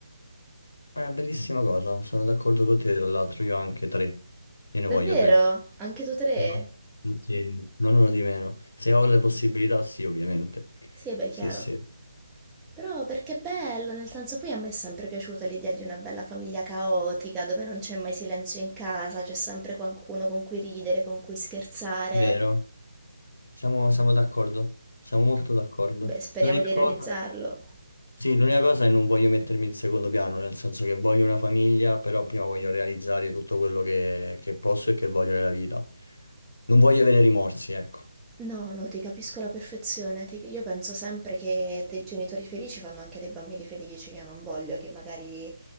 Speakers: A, on the left; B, in the centre.
A: È una bellissima cosa, sono d'accordo con te, tra l'altro io ho anche tre, io ne
B: Davvero?
A: voglio tre.
B: Anche tu tre?
A: No, sì, non uno di meno. Se ho le possibilità, sì, ovviamente.
B: Sì, e beh,
A: Sì,
B: chiaro.
A: sì.
B: Però perché è bello, nel senso poi a me è sempre piaciuta l'idea di una bella famiglia caotica, dove non c'è mai silenzio in casa, c'è sempre qualcuno con cui ridere, con cui scherzare.
A: Vero? Siamo, siamo d'accordo. Siamo molto d'accordo.
B: Beh, speriamo
A: L'unica
B: di realizzarlo.
A: cosa, sì, l'unica cosa è non voglio mettermi in secondo piano, nel senso che voglio una famiglia, però prima voglio realizzare tutto quello che, che posso e che voglio nella vita. Non voglio avere rimorsi, ecco.
B: No, no, ti capisco alla perfezione. Ti- Io penso sempre che dei genitori felici fanno anche dei bambini felici. Io non voglio che magari...